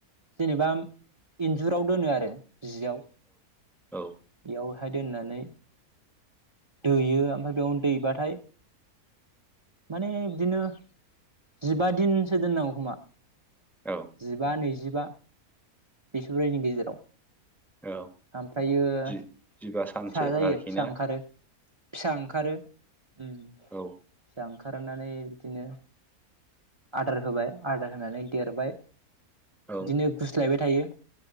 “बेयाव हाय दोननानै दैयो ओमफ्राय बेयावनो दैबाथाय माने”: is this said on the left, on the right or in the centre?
Right